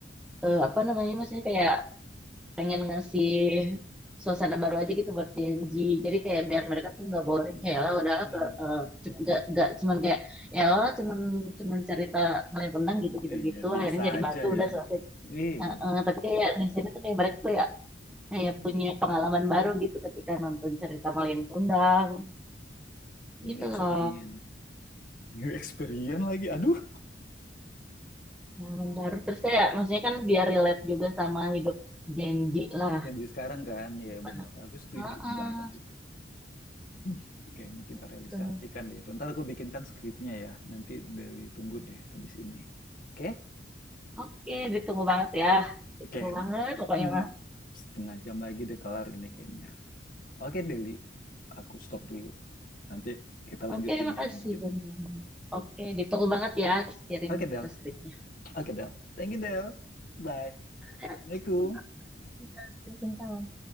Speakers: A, in the centre; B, on the left (about 50°).
A: eh, apa namanya maksudnya kayak pengen ngasih suasana baru aja gitu buat Gen Jadi kayak biar mereka tuh nggak boring ya lah udahlah
B: Iya.
A: eh, cu- nggak nggak cuman kayak ya lah cuman cuman cerita ngelempeng gitu
B: Iya,
A: gitu gitu
B: biasa
A: akhirnya jadi
B: aja
A: batu udah
B: ya.
A: selesai.
B: Iya.
A: Eh, eh, tapi kayak di sini tuh kayak mereka tuh ya kayak
B: Iya.
A: punya pengalaman baru gitu ketika nonton cerita Malin Kundang
B: New
A: itu
B: experience.
A: loh
B: New experience lagi. Aduh,
A: pengalaman baru terus saya maksudnya kan biar relate juga sama hidup Genji lah
B: Gen Z sekarang kan.
A: di
B: Ya
A: depan
B: bener. Aku setuju
A: Heeh,
B: banget itu. Hmm, Kayaknya kita
A: gitu
B: realisasikan deh itu. Ntar aku bikinkan skripnya ya. Nanti Deli tunggu deh habis ini. Oke?
A: oke ditunggu banget ya ditunggu
B: Oke.
A: banget pokoknya
B: Hmm,
A: mah
B: Setengah jam lagi deh kelar ini kayaknya. Oke Deli, aku stop dulu. Nanti kita lanjutin
A: oke makasih
B: yang bagian
A: banyak
B: ini.
A: oke ditunggu banget ya terus kirim
B: Oke Del.
A: itu skripnya
B: Oke Del. Thank you Del. Bye.
A: ya,
B: Assalamualaikum.
A: sama-sama. Waalaikumsalam.